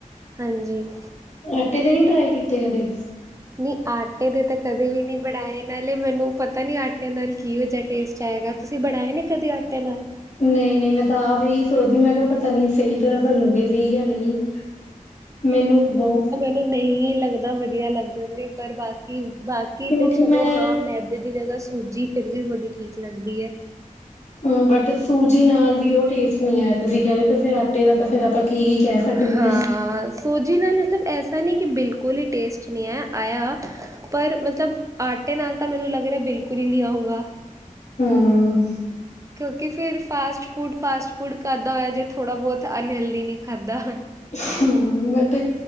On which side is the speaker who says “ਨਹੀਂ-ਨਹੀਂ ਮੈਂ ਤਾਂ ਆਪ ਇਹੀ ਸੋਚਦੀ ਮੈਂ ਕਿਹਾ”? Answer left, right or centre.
Left